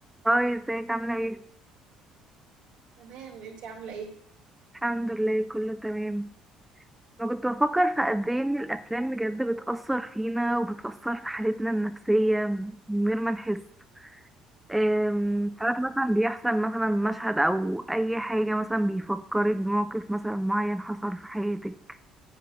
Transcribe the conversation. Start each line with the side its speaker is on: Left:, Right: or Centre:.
Centre: هاي ازيك عاملة ايه؟
Right: تمام انتي عاملة ايه؟
Centre: الحمد لله كله تمام انا كنت بفكر في قد ايه ان الافلام بجد بتأثر فينا وبتأثر في حالتنا النفسية من غير ما نحس أم، ساعات مثلا بيحصل مثلا مشهد او اي حاجة مثلا بيفكرك بموقف مثلا معين حصل في حياتك